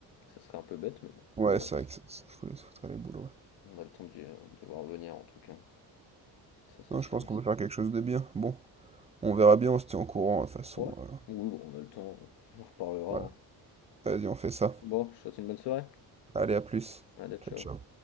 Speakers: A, on the left (about 80°); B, on the right (about 20°).
A: ça serait un peu bête, mais bon,
B: Ouais,
A: on
B: c'est
A: a le
B: vrai que ça, ça fout les, foutre les boules, ouais.
A: on a le temps d'y, heu, de voir venir en tout cas. Ça, c'est
B: Non,
A: sûr
B: je pense
A: et
B: qu'on
A: certain.
B: peut faire quelque chose de bien. Bon, on verra bien, on se tient au courant, de toute façon.
A: Ouais,
B: euh,
A: oui, bon, on a le temps, on en reparlera,
B: voilà.
A: hein.
B: Vas-y, on fait ça.
A: Bon, je te souhaite une bonne soirée.
B: Allez, à plus.
A: Allez, ciao.
B: Ciao, ciao.